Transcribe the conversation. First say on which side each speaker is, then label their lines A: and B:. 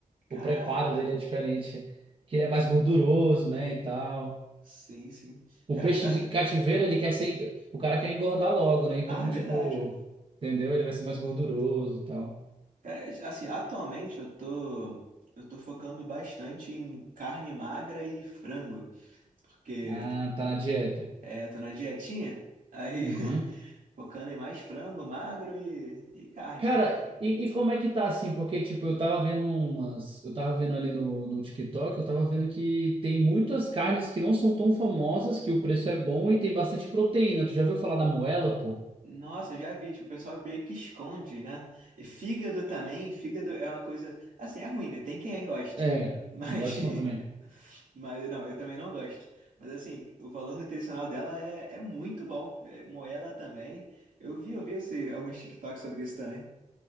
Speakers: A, on the right; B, on the right.
A: Caraca.
B: O preparo dele é diferente. Que ele é mais gorduroso, né? E tal.
A: Sim, sim.
B: O
A: Cara,
B: peixe
A: a-
B: de cativeiro, ele quer ser. en- O cara quer engordar logo, né? Então,
A: ah, é verdade.
B: tipo. Entendeu? Ele vai ser mais gorduroso
A: Uhum.
B: e tal.
A: Cara, assim, atualmente eu tô. Eu tô focando bastante em carne magra e frango, porque
B: Ah, tá na dieta.
A: é, tô na dietinha, aí.
B: Uhum.
A: <laughs> Focando em mais frango, magro e, e carne.
B: Cara, e, e como é que tá assim? Porque, tipo, eu tava vendo umas. Eu tava vendo ali no, no TikTok, eu tava vendo que tem muitas carnes que não são tão famosas, que o preço é bom e tem bastante proteína. Tu já viu falar da moela, pô?
A: Nossa, eu já vi, tipo, o pessoal meio que esconde, né? E fígado também, fígado é uma coisa. Assim, é ruim, né? Tem quem goste.
B: É,
A: Mas.
B: não gosto não também.
A: <laughs> Mas não, eu também não gosto. Mas assim, o valor nutricional dela é, é muito bom. É, moela também. Eu vi, eu vi esse, alguns TikToks sobre isso também.